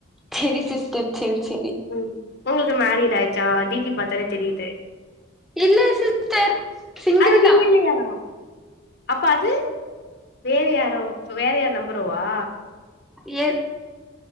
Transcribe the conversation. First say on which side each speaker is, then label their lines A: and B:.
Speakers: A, in the centre; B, on the left.
A: செரி சிஸ்டர் செரி செரி
B: ம் உங்களுக்கு மேரிட் ஆயிட்ச்சா டீபி பாத்தாலே தெரியிது
A: இல்ல சிஸ்டர் சிங்கிள்தா
B: அது நீங்க இல்லையா அப்ப அது வேற யாரோ வேற யார் நம்பரோவா
A: ஏ